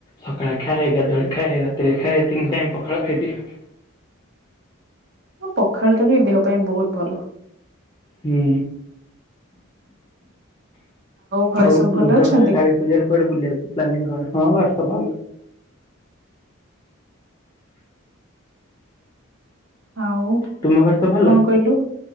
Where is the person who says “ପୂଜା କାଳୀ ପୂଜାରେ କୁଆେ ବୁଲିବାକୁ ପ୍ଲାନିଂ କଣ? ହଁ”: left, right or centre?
Left